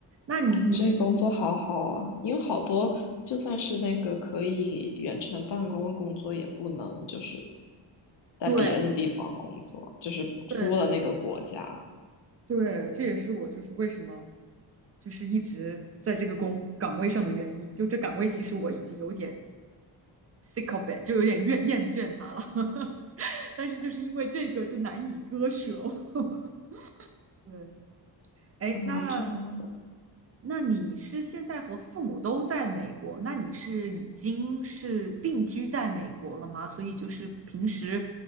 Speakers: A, on the right; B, on the left.
A: 那你你
B: 啊，你这工作好好啊，因为好多就算是那个可以远程办公的工作，也不能就是在别的地方工作，
A: 对
B: 就是出了那个国家。
A: 对对，这也是我就是为什么，就是一直在这个工岗位上的原因。就这岗位，其实我已经有点 sick of it，就有点厌厌倦它了。<laughs> 但是就是因为这个，就难以割舍。<laughs> 对，哎，
B: 啊，
A: 那
B: 这样子。
A: 那你是现在和父母都在美国？那你是已经是定居在美国了吗？所以就是平时，